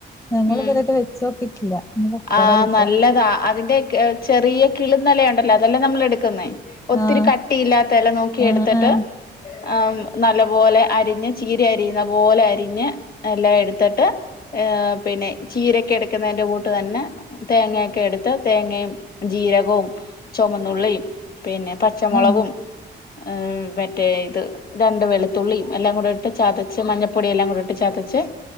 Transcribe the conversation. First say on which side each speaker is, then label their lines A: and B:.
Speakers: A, on the left; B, on the left.
A: ഞങ്ങള്
B: ഉം
A: ഇതുവരായിട്ട് വെച്ച് നോക്കിട്ടില്ല ഇനി വെക്കണം
B: ആഹ്
A: ഒരീസം
B: നല്ലതാ അതിന്റെ ഏഹ് ചെറിയ കിള്ന്നെലയുണ്ടല്ലൊ അതെല്ലാം നമ്മള് ടുക്ക്ന്നെ ഒത്തിരി
A: ആഹ്
B: കട്ടിയില്ലാത്തെല നോക്കി
A: ആഹ്
B: എടുത്തട്ട്
A: ആഹ്
B: ആമ് നല്ല പോലെ അരിഞ്ഞ്. ചീരയരിയുന്ന പോലെ അരിഞ്ഞ് എല്ല എടുത്തിട്ട് എപ് നെ ചീരൊക്കെ ട്ക്കുന്നതിന്റെ കൂട്ട് തന്നെ തേങ്ങ ഒക്കെ എടുത്ത് തേങ്ങയും ജീരകവും ചുമന്നുള്ളിം പിന്നെ പച്ചമൊളകും
A: ആഹ്
B: ഏമ് മറ്റേ ഇത് രണ്ട് വെളുത്തുള്ളിം എല്ലാം കൂടെട്ട് ചതച്ച് മഞ്ഞപ്പൊടി എല്ലാം കൂടെട്ട് ച ചതച്ച്